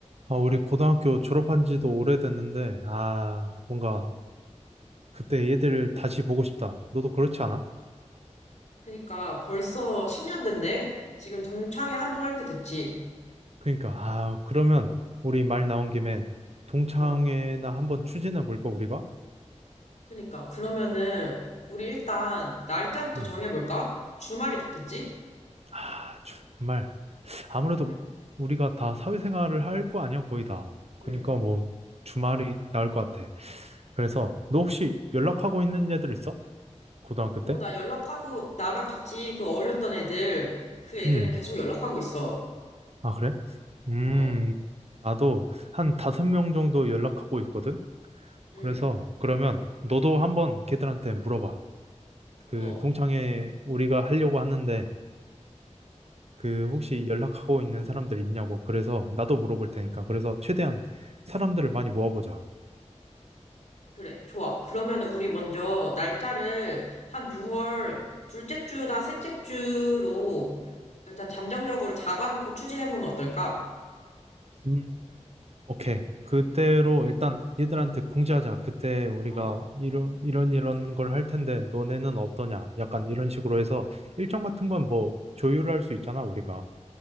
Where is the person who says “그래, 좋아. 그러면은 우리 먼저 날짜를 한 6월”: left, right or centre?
Left